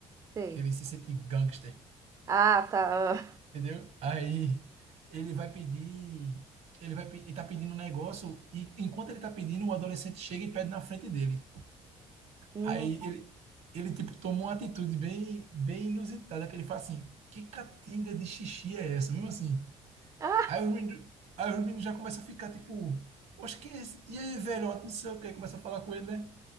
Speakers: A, on the right; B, on the right.
A: sei.
B: que ele se sente gangster,
A: Ah, tá. ah.
B: entendeu? Aí ele vai pedir, ele vai, pe- ele tá pedindo um negócio, e enquanto ele tá pedindo, o adolescente chega e pede na frente dele.
A: Hum,
B: Aí ele, ele tipo, tomou uma atitude bem, bem inusitada, que ele fala assim, que catinga de xixi é essa? Mesmo assim.
A: ah,
B: Aí os meninos, aí os meninos já começam a ficar, tipo, poxa, quem é esse? E aí, velhote, não sei o quê, começa a falar com ele, né?